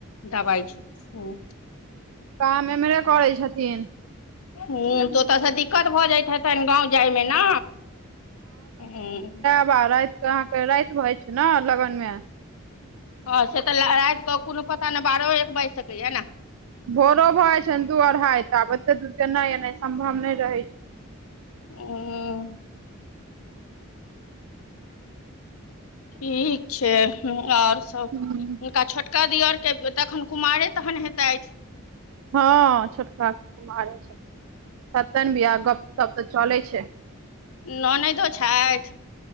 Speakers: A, on the left; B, on the right.
A: दबाइ छी, हुं
B: काम एम्हरे करै छथीन।
A: हूंन। तऽ ओतऽ से दिक्कत भऽ जैत हेतैन गाँव जै में ना? ऊँ।
B: बाबा राति के अहाँके राति भ जाइ छै ने लगन में।
A: हँ से तऽ राति कऽ कोनो पता नहि बारहो एक बाजि सकैये ने।
B: भोरो भऽ जाइ छै दू अढ़ाई तऽ आब एते दूर केना एना सम्भव नहि रहै छै।
A: उं। ठीक छै और हुनका
B: हूँ
A: छोटका दिअर के तखन कुमारे तखन हेतैत।
B: हँ छोटका कुमारे छथि, हेतैन बियाह गप तऽ चलै छैन।
A: ननैदो छथि।